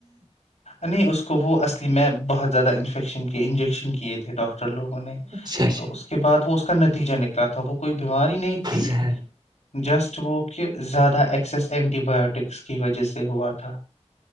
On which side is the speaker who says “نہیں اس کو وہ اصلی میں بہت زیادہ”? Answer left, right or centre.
Left